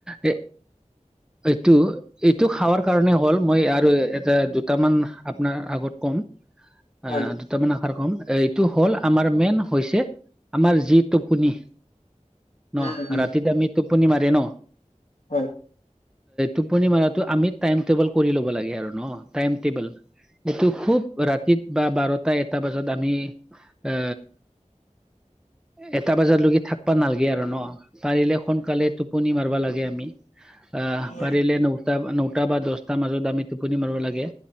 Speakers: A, in the centre; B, on the left.
A: এ এইটো এইটো খাৱাৰ কাৰণে হ'ল মই আৰু এটা, দুটামান আপোনাৰ আগত ক'ম
B: হয়
A: অ দুটামান আশাৰ কম, এইটো হ'ল আমাৰ মেইন হৈছে আমাৰ যি টোপনি ন,
B: উম উম
A: ৰাতিত আমি টোপনি মাৰে ন
B: হয়।
A: টোপনি মাৰাটো আমি টাইম টেবল কৰি ল'ব লাগে আৰু ন, টাইম টেবুল। এইটো খুব ৰাতিত বা বাৰটা এটা বজাত আমি এ এটা বাজাৰলৈকে থাক বা নালাগে আৰু ন, পাৰিলে সোনকালে টোপনি মাৰবা লাগে আমি। অ
B: হয়
A: পাৰিলে নো নটা বা দছটাৰ মাজত আমি টোপনি মাৰিব লাগে